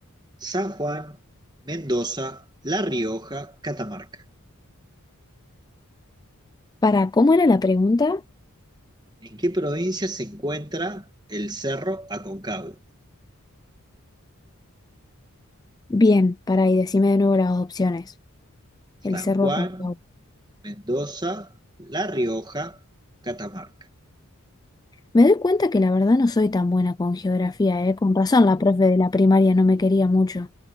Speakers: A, on the right; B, on the left.
A: San Juan, Mendoza, La Rioja, Catamarca.
B: Para, ¿cómo era la pregunta?
A: ¿En qué provincia se encuentra el Cerro Aconcagua?
B: Bien, para, y decime de nuevo las opciones.
A: San
B: El cerro
A: Juan,
B: Aconcagua.
A: Mendoza, La Rioja, Catamarca.
B: Me doy cuenta que la verdad no soy tan buena con geografía, ¿eh? Con razón, la profe de la primaria no me quería mucho.